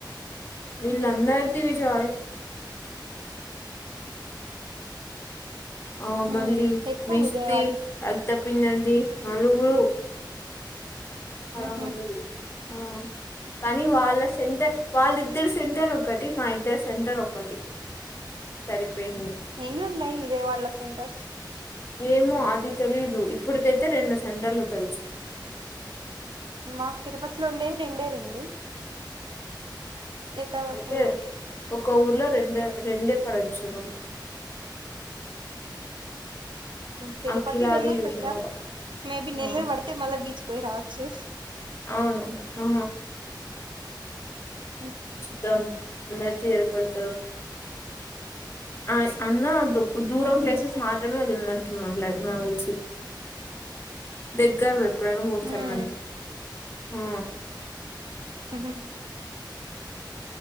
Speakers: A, on the left; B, on the right.
A: వీళ్ళందరిది విచా ఆ
B: ఉమ్
A: మళ్ళీ
B: ఎక్కువ
A: వీస్తే
B: విజయవాడ
A: అయిత పిన్నది నలుగురు ఆర
B: ఉహు,
A: మందిది ఆ కానీ
B: ఉహు,
A: వాళ్ళ సెంటర్ వాళ్ళిద్దరు సెంటర్ ఒకటి మా ఇద్దరు సెంటర్ ఒకటి సరిపోయింది
B: ఎన్నిఉన్నయ్ విజయవాడలో సెంటర్స్
A: ఏమో అది తెలీదు ఇప్పుటికైతే రెండు సెంటర్లు తెలుసు
B: మాకు తిరుపతిలో ఉండేది రెండే రెండు ఎక్కడ పడతాయో
A: అయితే ఒక ఊర్లో రెండు రెండే పడొచ్చు
B: తిరుపతి
A: అఖిలాది
B: నెల్లూరు
A: విజయవాడ
B: పెట్టాం మేబీ
A: ఆ
B: నెల్లూరు పడితే మళ్ళ బీచ్ పోయి రావచ్చు
A: అవును ఊ
B: ఉ
A: చూద్దాం అందరికీ ఎడ పడతాదో ఆ అన్న దూరం
B: ఉమ్,
A: ప్లేసెస్ మాత్రమే ట్టు తెసి దగ్గర <unintelligible> ఎప్పుడైనా పోవచ్చు
B: ఉమ్,
A: అన్నట్టు ఆ
B: హ